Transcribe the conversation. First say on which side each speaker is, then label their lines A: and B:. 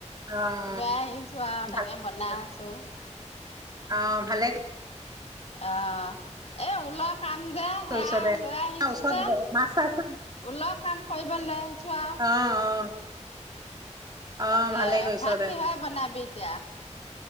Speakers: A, on the right; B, on the left.
A: অহ
B: লৈ আহিছো আৰু
A: ভাল
B: তাকে বনাই আছোঁ
A: অ ভালে
B: অ এ ঊলৰ কাম যে
A: কৰিছ
B: সেয়া
A: দে
B: লৈ আহিছো
A: ওচৰত
B: যে
A: ব মাছ চাছ
B: ঊলৰ কাম কৰিব লৈ আহিছো আৱ
A: অ অ অ
B: তাকে
A: ভালে কৰিছ
B: ভাত
A: দে
B: কিহে বনাবি এতিয়া?